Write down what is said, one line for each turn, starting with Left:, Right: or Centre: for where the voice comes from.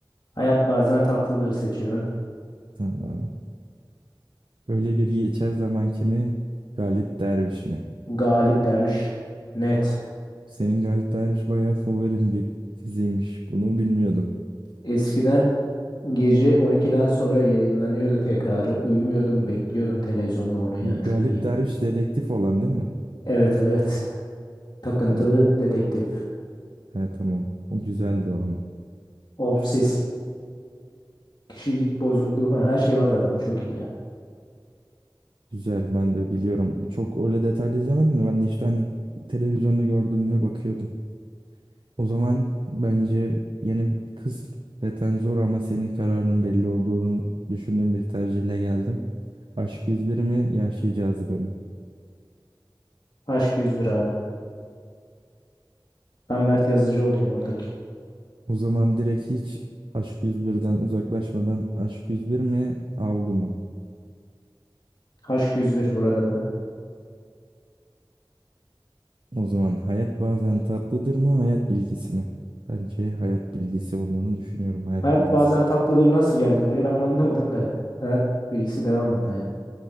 Left: Hayat bazen tatlıdır seçiyorum.
Right: Tamam. Öyle bir geçer zaman kimi? Galip Derviş mi?
Left: Galip Derviş. Net.
Right: Senin Galip Derviş bayağı favorim bir diziymiş. Bunu bilmiyordum.
Left: Eskiden gece 12'den sonra yayınlanıyordu tekrarı. Uyumuyordum, bekliyordum televizyonda onu ya.
Right: Bu Galip
Left: Çok iyiydi.
Right: Derviş dedektif olan değil mi?
Left: Evet evet. Takıntılı
Right: O,
Left: dedektif.
Right: he, tamam. O güzeldi o ama.
Left: Obsesif kişilik bozukluğu falan her şey vardı adamda. Çok iyiydi ya.
Right: Güzel ben de biliyorum. Çok öyle detaylı izlemedim de ben de işte hani televizyonda gördüğüme bakıyordum. O zaman bence yeni kısmeten zor ama senin kararının belli olduğunu düşündüğüm bir tercihle geldim. Aşk 101 mi, Yahşi Cazibe mi?
Left: Aşk 101 abi. Ben Mert Yazıcı olayım oradaki.
Right: O zaman direkt hiç Aşk 101'den uzaklaşmadan Aşk 101 mi Avlu mu?
Left: Aşk 101 burada da.
Right: O zaman hayat bazen tatlıdır mı hayat bilgisi mi? Bence hayat bilgisi olduğunu düşünüyorum hayat
Left: Hayat
Right: bilgisi.
Left: bazen tatlıdır nasıl geldi buraya ben onu anlamadım da. Hayat bilgisi devam buradan ya.